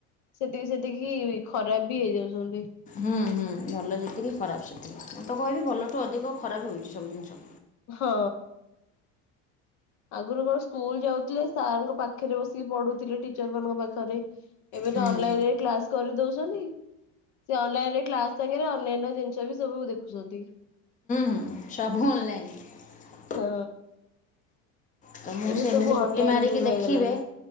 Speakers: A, on the left; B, on the left.
A: ସେତିକି ସେତିକି ଖରାପ ବି ହେଇଯାଉଛନ୍ତି।
B: ହୁଁ ହୁଁ ଭଲ ଯେତିକି ଖରାପ ସେତିକି ମୁଁ ତ କହିବି ଭଲଠୁ ଅଧିକ ଖରାପ ହଉଛି ସବୁ ଜିନିଷ।
A: ହଁ। ଆଗରୁ କଣ ସ୍କୁଲ ଯାଉଥିଲେ ସାରଙ୍କ ପାଖରେ ବସିକି ପଢୁଥିଲେ ଟିଚର ମାନଙ୍କ ପାଖରେ। ଏବେ
B: ହୁଁ
A: ତ
B: ହୁଁ
A: ଅନଲାଇନ ରେ କ୍ଲାସ କରି ଦଉଛନ୍ତି। ସେ ଅନଲାଇନ ରେ କ୍ଲାସ ସାଙ୍ଗରେ ଅନ୍ୟାନ୍ୟ ଜିନିଷ ବି ସବୁ ଦେଖୁଛନ୍ତି।
B: ହୁଁ ସବୁ ଅନ ଲାଇନ।
A: ହଁ।
B: ତମ
A: ଏବେ
B: କୁ ସେ
A: ସବୁ
B: ଏମିତି ପଟି
A: ଅନଲାଇନ
B: ମାରିକି
A: ଯୁଗ
B: ଦେଖିବେ।
A: ହେଇଗଲାଣି।